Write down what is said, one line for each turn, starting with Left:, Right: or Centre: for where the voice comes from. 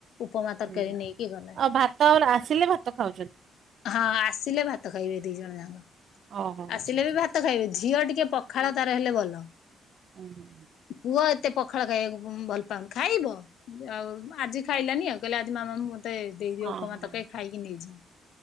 Left: ଉପମା ତରକାରୀ
Right: ହୁଁ
Left: ନେଇକି ଗଲା
Right: ଆଉ ଭାତ ଆର ଆସିଲେ ଭାତ ଖାଉ।
Left: ହଁ ଆସିଲେ ଭାତ ଖାଇବେ ଦି ଜଣ ଯାକ
Right: ଓହୋ
Left: ଆସିଲେ
Right: ଆଚ୍ଛା ଆଚ୍ଛା
Left: ବି ଭାତ ଖାଇବେ ଝିଅ ଟି କେ ପଖାଳ ତାର ହେଲେ ଭଲ
Right: ହୁଁ ହୁଁ
Left: ପୁଅ ଏତେ ପଖାଳ ଖାଇବାକୁ ଉଁ ଭଲ ପାଉନି ଖାଇବ ଆଉ ଆଜି ଖାଇଲାନି ଆଉ କହିଲା ଆଜି ମାମା ମୁଁ ମତେ ଦେଇଦିଅ
Right: ହଁ
Left: ଉପମା
Right: ହଁ।
Left: ତରକାରି ଖାଇକି ନେଇଜୀ